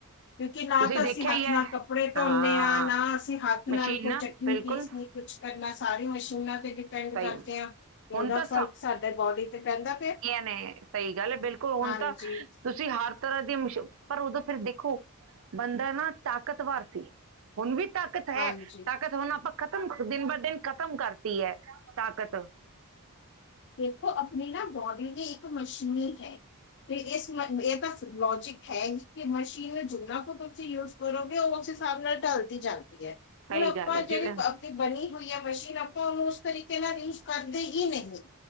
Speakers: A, on the left; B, on the right.
A: ਕਿਉਂਕਿ ਨਾ
B: ਤੁਸੀਂ
A: ਤਾਂ
B: ਦੇਖਿਆ
A: ਅਸੀਂ ਹੱਥ
B: ਹੀ ਹੈ
A: ਨਾਲ ਕੱਪੜੇ ਤੋਨੇਂ
B: ਹਾਂ
A: ਆ, ਨਾ ਅਸੀਂ ਹੱਥ ਨਾਲ
B: ਮਸ਼ੀਨਾਂ
A: ਕੋਈ ਚਟਨੀ
B: ਬਿਲਕੁਲ
A: ਪੀਸਨੀ ਕੁੱਛ ਕਰਨਾ ਸਾਰੀ ਮਸ਼ੀਨਾਂ ਤੇ ਡਿ ਡਿਪੇਂਡ
B: ਸਹੀ
A: ਕਰਦੇ ਆ ਤੇ ਓਦਾ
B: ਹੁਣ ਤਾਂ
A: ਫ਼ਰਕ ਸਾਡੇ ਬੋਡੀ ਤੇ ਪੈਂਦਾ ਪਿਆ।
B: ਨਈ, ਸਈ ਗੱਲ ਐ ਬਿਲਕੁਲ ਹੁਨ
A: ਹਾਂਜੀ
B: ਤਾਂ ਤੁਸੀਂ ਤੁਸੀਂ ਹਰ ਤਰ੍ਹਾਂ ਦੀ ਸ਼ ਪਰ ਓਦੋਂ ਫਿਰ ਦੇਖੋ ਬੰਦਾ ਨਾ ਤਾਕਤਵਰ ਸੀ। ਹੁਨ ਵੀ ਤਾਕਤ ਹੈ,
A: ਹਾਂਜੀ
B: ਤਾਕਤ ਹੁਨ ਆਪਾਂ ਖਤਮ ਦਿਨ ਬ ਦਿਨ ਖ਼ਤਮ ਕਰਤੀ ਐ। ਤਾਕਤ
A: ਦੇਖੋ ਆਪਣੀ ਨਾ ਬੋਡੀ ਦੀ ਇੱਕ ਮਸ਼ੀਨ ਹੈ। ਤੇ ਇਸ ਏ ਤਾਂ ਲੋਜਿਕ ਹੈ ਈ ਕਿ ਮਸ਼ੀਨ ਨੂੰ ਜਿਨ੍ਹਾਂ ਕੁ ਤੁਸੀ ਯੂਜ ਕਰੋਗੇ ਓ ਉਸ ਹਿਸਾਬ ਨਾਲ ਢਲਦੀ ਜਾਂਦੀ ਐ,
B: ਸਹੀ
A: ਹੁਨ ਆਪਾਂ
B: ਗੱਲ ਹੈ ਜਿਵੇਂ
A: ਜੇੜੀ ਬਣੀ ਹੋਈ ਹੈ ਮਸ਼ੀਨ ਆਪਾਂ ਓਨੂੰ ਉਸ ਤਰੀਕੇ ਨਾਲ ਯੂਜ ਕਰਦੇ ਹੀ ਨਹੀਂ।